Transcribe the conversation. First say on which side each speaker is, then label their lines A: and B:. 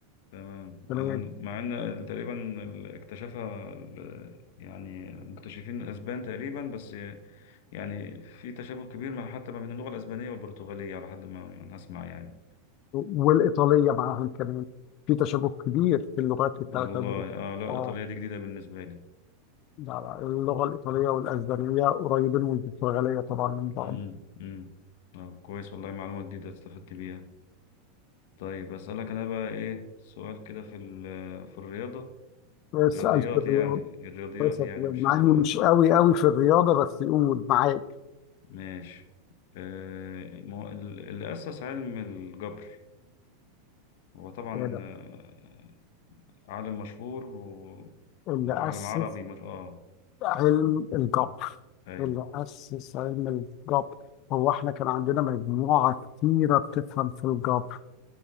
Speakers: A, on the left (about 65°); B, on the left (about 45°).
A: تمام يعني
B: كمان
A: مع إن تقريبا ال- اكتشفها ال- يعني مكتشفين الأسبان تقريبا بس يعني في تشابه كبير ما حتى ما بين اللغة الأسبانية والبرتغالية على حد ما ما نسمع يعني
B: والايطاليه معاهم كمان في تشابه كبير في اللغات
A: والله
B: الثلاثه دول
A: آه لا الإيطالية
B: اه
A: دي جديدة بالنسبة لي
B: لا لا اللغه الايطاليه والاسبانيه قريبين والبرتغاليه طبعا من بعض
A: امم امم آه كويس والله معلومة جديدة استفدت بيها طيب أسألك أنا بقى إيه سؤال كده في ال- في الرياضة
B: اسال
A: الرياضيات
B: في الرياضه
A: يعني الرياضيات
B: اسال
A: يعني
B: في الرياضة.
A: مش
B: مع
A: ال
B: اني مش قوي قوي في الرياضه بس يقول معاك
A: ماشي آه، ما هو ال- اللي أسس علم الجبر هو طبعا
B: هنا
A: آه، عالم مشهور و...
B: اللي
A: وعالم
B: اسس
A: عربي مش آه
B: علم الجبر
A: مم. أي
B: اللي اسس علم الجبر هو احنا كان عندنا مجموعه كتيره بتفهم في الجبر